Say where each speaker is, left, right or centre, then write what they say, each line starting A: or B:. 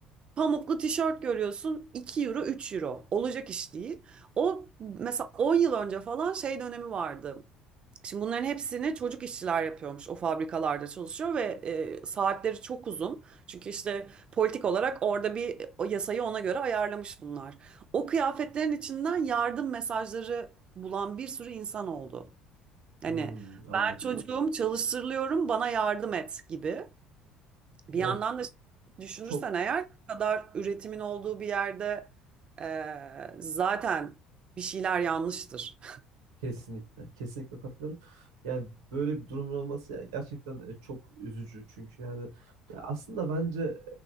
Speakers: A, on the right (about 45°); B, on the right (about 85°).
A: pamuklu tişört görüyorsun 2 euro 3 euro. Olacak iş değil. O mesela 10 yıl önce falan şey dönemi vardı. Şimdi bunların hepsini çocuk işçiler yapıyormuş. O fabrikalarda çalışıyor ve e, saatleri çok uzun. Çünkü işte politik olarak orada bir o yasayı ona göre ayarlamış bunlar. O kıyafetlerin içinden yardım mesajları bulan bir sürü insan oldu. Hani
B: Hmm, anladım.
A: ben çocuğum çalıştırılıyorum bana yardım et gibi. Bir
B: Yani
A: yandan da düşünürsen
B: çok
A: eğer bu kadar üretimin olduğu bir yerde e, zaten bir şeyler yanlıştır.
B: kesinlikle, kesinlikle katılıyorum. Yani böyle bir durumun olması yani gerçekten e, çok üzücü. Çünkü yani ya aslında bence e,